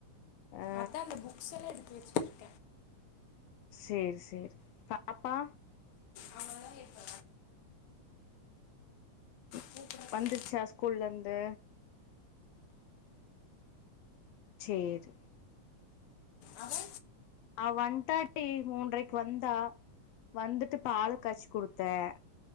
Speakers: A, on the left; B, on the left.
A: ஆ
B: அதான் அந்த புக்ஸ் எல்லாம் எடுத்து வச்ச
A: செரி செரி பாப்பா
B: அவங்கதா இப்ப
A: ஹ
B: கூப்பிடறக்கு
A: வந்துருச்சா ஸ்கூல்ல இருந்து சேரி
B: அவ
A: அவ வண்டாடி மூன்றரைக்கு வந்தா வந்துட்டு பால காய்ச்சு குடுத்தேன்